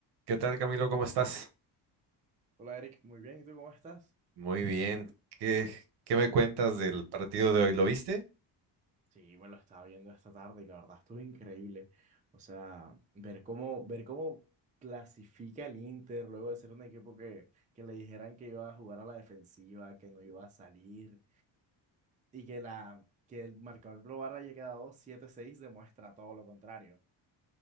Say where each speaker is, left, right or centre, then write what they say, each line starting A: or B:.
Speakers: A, on the right (about 65°); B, on the right (about 20°).
A: ¿Qué tal, Camilo? ¿Cómo estás?
B: Hola Eric, muy bien, ¿y tú cómo estás?
A: Muy bien. ¿Qué, qué me cuentas del partido de hoy? ¿Lo viste? <laughs>
B: Sí, me lo estaba viendo esta tarde y la verdad estuvo increíble. O sea, ver cómo, ver cómo clasifica el Inter luego de ser un equipo que, que le dijeran que iba a jugar a la defensiva, que no iba a salir y que, la, que el marcador global haya quedado siete seis demuestra todo lo contrario.